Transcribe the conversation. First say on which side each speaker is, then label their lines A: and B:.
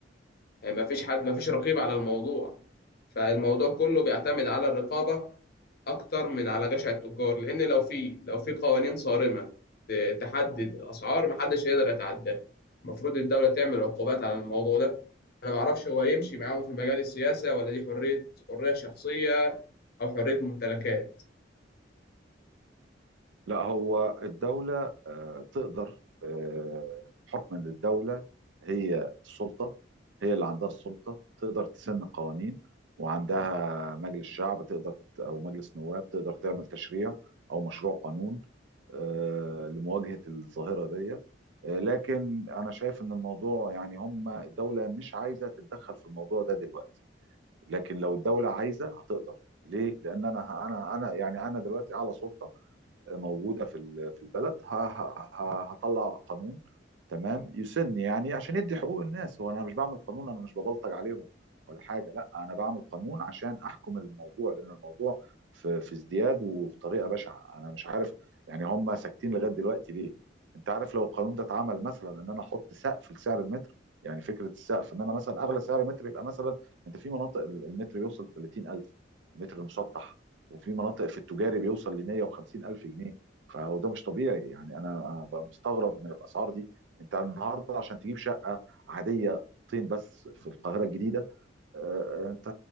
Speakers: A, on the left; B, on the right.
A: يعني ما فيش حد ما فيش رقيب على الموضوع فالموضوع كله بيعتمد على الرقابة أكتر من على جشع التجار لأن لو في لو في قوانين صارمة ت- تحدد الأسعار محدش هيقدر يتعداها المفروض الدولة تعمل عقوبات على الموضوع ده أنا معرفش هو يمشي معاهم في مجال السياسة ولا دي حرية حرية شخصية أو حرية ممتلكات
B: لا هو الدولة آه، تقدر آه، حكما للدولة هي السلطة هي اللي عندها السلطة تقدر تسن قوانين وعندها مجلس شعب تقدر أو مجلس نواب تقدر تعمل تشريع أو مشروع قانون آه، لمواجهة الظاهرة دي آه، لكن أنا شايف إن الموضوع يعني هم الدولة مش عايزة تتدخل في الموضوع ده دلوقتي لكن لو الدولة عايزة هتقدر ليه؟ لأن أنا أنا أنا يعني أنا دلوقتي أعلى سلطة موجوده في ال- في البلد ه- ه- ه- هطلع قانون تمام يسن يعني عشان يدي حقوق الناس هو انا مش بعمل قانون انا مش ببلطج عليهم ولا حاجه لا انا بعمل قانون عشان احكم الموضوع لان الموضوع في في ازدياد وفي طريقه بشعه انا مش عارف يعني هم ساكتين لغايه دلوقتي ليه انت عارف لو القانون ده اتعمل مثلا ان انا احط سقف لسعر المتر يعني فكره السقف ان انا مثلا اغلى سعر متر يبقى مثلا انت في مناطق المتر بيوصل 30000 المتر المسطح وفي مناطق في التجاري بيوصل ل 150 الف جنيه فهو ده مش طبيعي يعني انا بقى مستغرب من الاسعار دي انت النهارده عشان تجيب شقه عاديه اوضتين بس في القاهره الجديده آه، انت